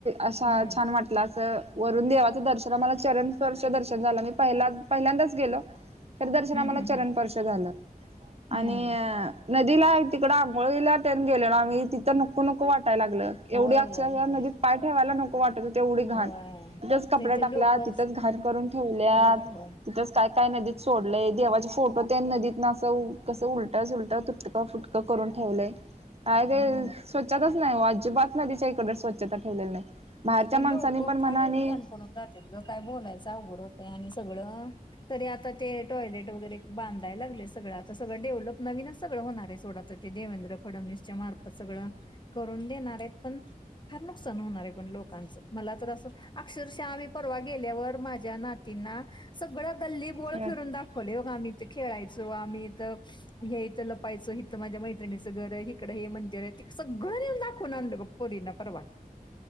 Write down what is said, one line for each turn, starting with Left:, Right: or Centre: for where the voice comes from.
Right: असा
Left: हम्म
Right: छान म्हटलं असं वरून देवाचं दर्शन आम्हाला चरण स्पर्श दर्शन झालं मी पहि पहिल्यांदाच गेलो तर दर्शन
Left: हम्म
Right: आम्हाला
Left: हम्म
Right: चरणपर्श
Left: हम्म
Right: झालं
Left: हम्म
Right: आणि नदीला तिकड आंघोळीला टन गेलेलो आम्ही तिथं नको नको वाट लागलं एवढी
Left: होय
Right: आ
Left: होय होय
Right: नदीत पाय ठेवायला नको वाटत तेवढी घाण
Left: होय
Right: तिथंच कपड्या
Left: ते ते
Right: टाकल्या
Left: लोकच
Right: तिथंच घर करून ठेवल्या
Left: होय होय
Right: तिथंच काय काय नाही त सोड य देवाचे फोटो ते नदीत ना कसं उलट उलट तुटकं फुटकं करून ठेवलंय काय ते
Left: हम्म
Right: स्वच्छताच नाही अजिबात नाही तिच्या इकडे स्वच्छताेलेली नाही बाहेरच्या
Left: ती
Right: माणसांनी
Left: लोक
Right: पण म्हणा
Left: फार येऊन
Right: आणि
Left: घान करून जातील ल काय बोलायचं अवघड होतं आणि सगळ तरी आता ते टॉयलेट वगैरे बांधायला लागले सगळे सगळंचं सगळं डेव्हलप नवीनच सगळं होणार आहे सोडाच देवेंद्र फडणवीसच्या मार्फत सगळं करून देणार आहेत पण फार नुकसान होणार आहे पण लोक मला तर अस अक्षरशः आम्ही परवा गेल्यावर माझ्या सगळ गल्ली बळ
Right: ह
Left: फिरून दाखवले हो आम खेळायचो आम्ही इथं ह्या इथं लपायचो इथं माझ्या मैत्रिणीचं घर इिकडं हे मंदिर आहे त सगळं नेऊन दाखवून आणल पोरीना परवा